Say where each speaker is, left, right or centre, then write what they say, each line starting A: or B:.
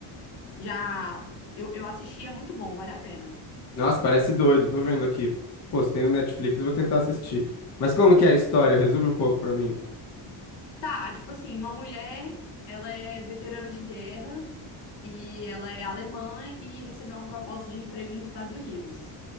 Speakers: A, on the left; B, on the left.
A: Já eu, eu assisti, é muito bom, vale a pena.
B: Nossa, parece doido, tô vendo aqui. Pô, se tem no Netflix, eu vou tentar assistir. Mas como que é a história? Resume um pouco pra mim.
A: Tá, tipo assim, uma mulher, ela é veterana de guerra e ela é alemã e recebeu uma proposta de emprego nos Estados Unidos.